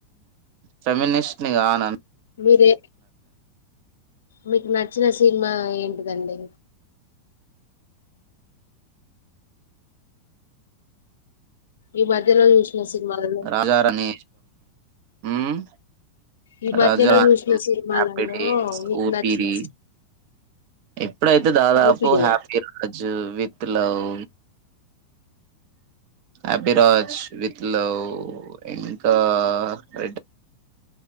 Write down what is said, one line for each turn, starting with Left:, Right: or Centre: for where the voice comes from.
Right: ఫెమ్యనిస్ట్ నిగా నా
Left: మీరే మీకు నచ్చిన సినిమా ఏంటిదండి ఈ మధ్యలో చూసిన సినిమాలు
Right: రాజారాణి మ్మ్
Left: ఈ మధ్యలో
Right: రాజ
Left: చూసిన సినిమాలలో
Right: హపీ డేస్
Left: నీకు
Right: ఊపిరి
Left: నచ్చిన
Right: ఎప్పుడైతే దాదాపు
Left: ఓపిడి
Right: హ్యాపీ రాజ్ విత్ లవ్ హభిరాజ్ విత్ లవ్ లో ఇంకా రెడ్